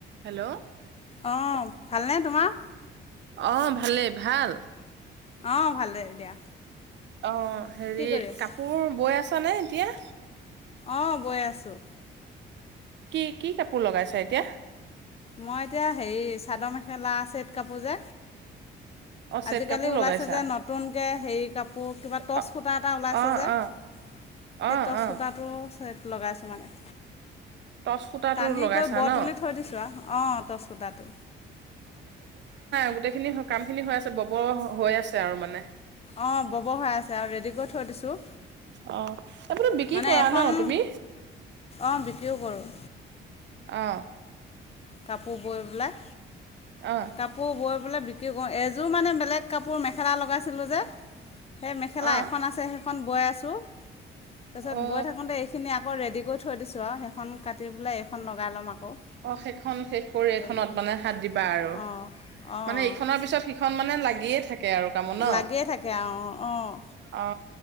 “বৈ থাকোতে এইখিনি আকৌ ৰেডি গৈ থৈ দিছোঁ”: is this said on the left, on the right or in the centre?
Left